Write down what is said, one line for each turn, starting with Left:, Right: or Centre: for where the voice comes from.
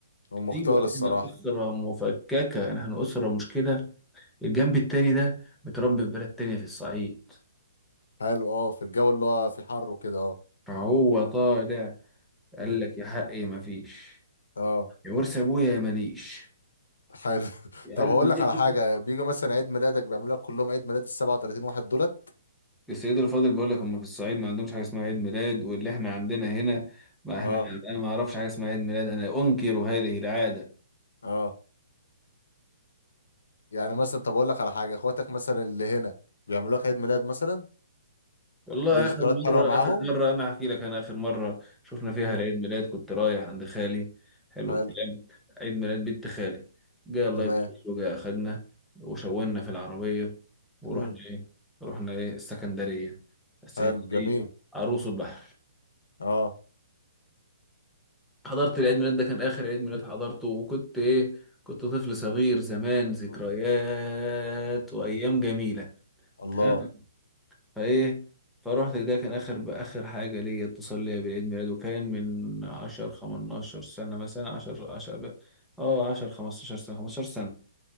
Left: هو مختار
Centre: ايوه
Left: الصراحة
Centre: احنا اسره مفككه احنا اسره مشكله الجنب التاني ده متربي في بلد تانية في الصعيد
Left: حلو اه في الجو اللي هو في حر وكده اه
Centre: فهو طالع قال
Left: مم.
Centre: لك يا حقي مفيش
Left: اه
Centre: يا ورث ابويا يا ماليش
Left: حلو <laughs>
Centre: يا
Left: طب
Centre: قلب
Left: هقول لك
Centre: بيتي
Left: على حاجة بيجوا مثلا عيد ميلادك بيعملوا لك كلهم عيد ميلاد ال 37 واحد دولت
Centre: السيد الفاضل بيقول لك هم في الصعيد ما عندهمش حاجه اسمها عيد ميلاد واللي احنا عندنا هنا ما احنا
Left: اه
Centre: انا ما اعرفش حاجه اسمها عيد ميلاد انا انكر هذه العاده
Left: اه يعني مثلا طب اقول لك على حاجه اخواتك مثلا اللي هنا بيعملوا لك عيد ميلاد مثلا
Centre: والله
Left: ليك ذكريات
Centre: آخر
Left: حلوه
Centre: مرة
Left: معاهم
Centre: آخر مرة أنا هحكي لك أنا آخر مرة شفنا فيها
Left: امم
Centre: العيد ميلاد كنت رايح عند خالي حلو
Left: حلو
Centre: الكلام عيد ميلاد بنت خالي جه الله
Left: تمام
Centre: يبارك له جه أخدنا وشونا في العربية ورحنا
Left: امم
Centre: إيه رحنا إيه السكندرية السكندرية
Left: حلو جميل
Centre: عروس البحر
Left: اه
Centre: حضرت العيد ميلاد ده كان آخر عيد ميلاد حضرته وكنت إيه كنت طفل صغير زمان ذكريات
Left: مم.
Centre: وأيام
Left: مم.
Centre: جميلة
Left: الله
Centre: تمام فايه فروحت ده كان اخر اخر حاجه ليا اتصال ليا بالعيد ميلاد وكان من 10 15 سنه مثلا 10 10 ب- اه 10 15 سنه 15 سنه